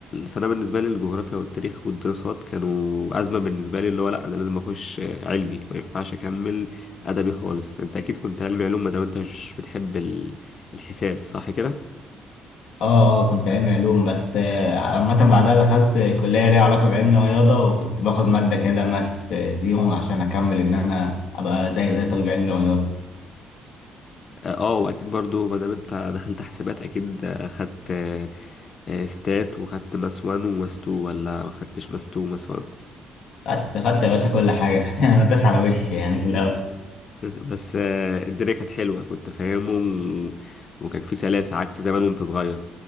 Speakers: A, on the left; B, on the left.
A: فأنا بالنسبة لي الجغرافيا والتاريخ والدراسات كانوا أزمة بالنسبة لي اللي هو لأ أنا لازم أخش علمي ما ينفعش أكمل أدبي خالص أنت أكيد كنت علمي علوم ما دام أنت مش بتحب ال... الحساب صح كده؟
B: اه اه كنت علمي علوم بس آه، عامة بعدها دخلت كلية ليها علاقة بعلم رياضة وكنت باخد مادة كده ماس آه، زيرو عشان أكمل إن أنا أبقى زي زي طالب علم رياضة
A: اه آه، واكيد برضو ما دام انت دخلت حسابات اكيد آه، خدت آه، آه، ستات وخدت ماس وان وماس تو ولا ما خدتش ماس تو وماس وان
B: خدت خدت يا باشا كل حاجة <laughs> أنا داس على وشي يعني في الأول
A: <laughs> بس آه، الدنيا كانت حلوه كنت فاهمهم و- وكان في سلاسه عكس زمان وانت صغير